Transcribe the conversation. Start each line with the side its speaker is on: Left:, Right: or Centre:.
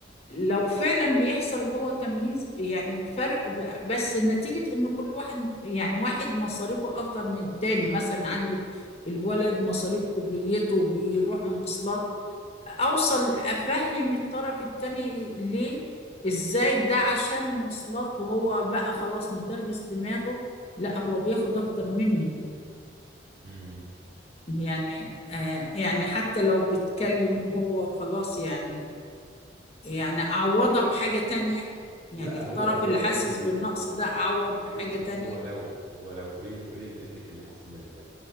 Left: لو فعلا بيحصل هو تمييز يعني فرق ب- بس نتيجة ان كل واحد يعني واحد مصاريفه اكتر من التاني مثلا عندي الولد مصاريف كليته بيروح مواصلات اوصل افهم الطرف التاني ليه ازاي ده عشان مواصلات وهو بقى خلاص متربس دماغه لا هو بياخد اكتر مني
Right: امم
Left: يعني آه يعني حتى لو بيتكلم وهو خلاص يعني يعني أعوضها بحاجة تانية يعني
Right: لا
Left: الطرف
Right: هو هو
Left: اللي حاسس
Right: شوفي
Left: بالنقص ده أعوض بحاجة
Right: شوفي شوفي
Left: تانية
Right: هو لو هو لو قولي له قولي لابنك اللي حاسس بال